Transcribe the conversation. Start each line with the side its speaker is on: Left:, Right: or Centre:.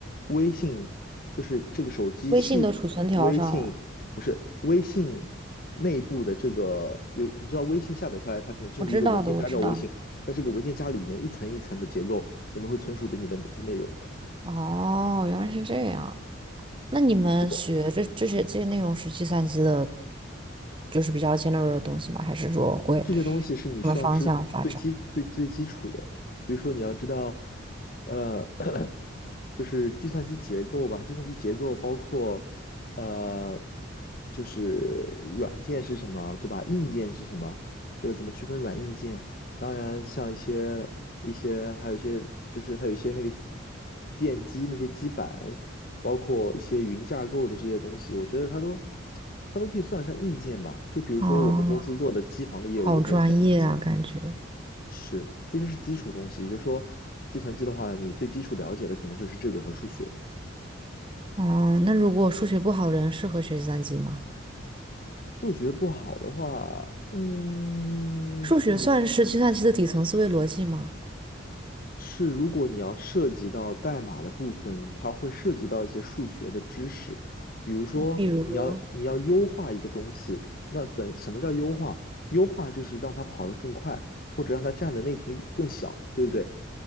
Left: 微信，就是这个手机系统微信不是微信内部的这个有，
Right: 微信的储存条上了，
Left: 你知道微信下载下来，它可能就是一个文件夹叫微信，
Right: 我知道的，我知道。
Left: 在这个文件夹里面一层一层的结构，里面会存储着你的哪些内容。
Right: 哦，原来是这样。那你们学这这些这些内容是计算机的，
Left: 是的。
Right: 就是比较尖锐的东西吗？还是说会
Left: 这些东西是你需要知最基最最基础的，
Right: 往的方向发展？
Left: 比如说你要知道，呃，<coughs> <clears throat> 就是计算机结构吧，计算机结构包括，呃，就是软件是什么，对吧？硬件是什么，就是怎么区分软硬件。当然，像一些一些还有一些就是它有一些那个电机那些基板，包括一些云架构的这些东西，我觉得它都。它都可以算得上硬件吧。就比如说我们公司做的机房的业务，
Right: 啊，好专业啊，
Left: 它也算硬件，
Right: 感觉。
Left: 是，这些是基础东西。也就是说，计算机的话，你最基础了解的可能就是这个和数学。
Right: 哦，那如果数学不好的人适合学计算机吗？
Left: 数学不好的话，嗯，
Right: 数学算是计算机的底层思维逻辑吗？
Left: 你是如果你要涉及到代码的部分，它会涉及到一些数学的知识，比如说你要你要优化一个东西，
Right: 比如，
Left: 那怎什么叫优化？优化就是让它跑得更快，或者让它占的内存更小，对不对？